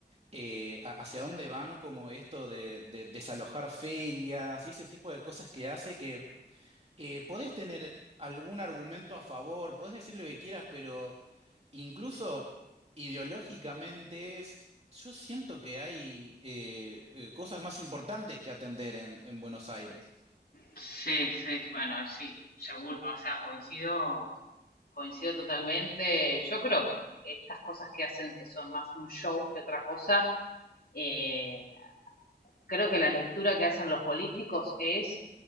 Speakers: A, on the right (about 35°); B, on the left (about 55°).
A: eh, a- hacia dónde van como esto de, de desalojar ferias y ese tipo de cosas que hace eh, podés tener algún argumento a favor, podés decir lo que quieras, pero incluso ideológicamente es- yo siento que hay eh, eh, cosas más importantes que atender en, en Buenos Aires.
B: Sí, sí, bueno, sí, seguro, o sea, coincido, coincido totalmente. Yo creo que estas cosas que hacen que son más un show que otra cosa, eh, creo que la lectura que hacen los políticos es